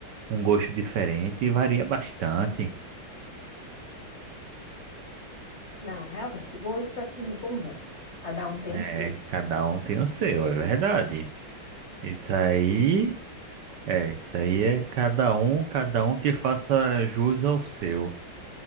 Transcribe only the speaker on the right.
um gosto diferente e varia bastante.
É,
cada um tem o seu, é verdade. Isso aí, é, isso aí é cada um, cada um que faça jus ao seu.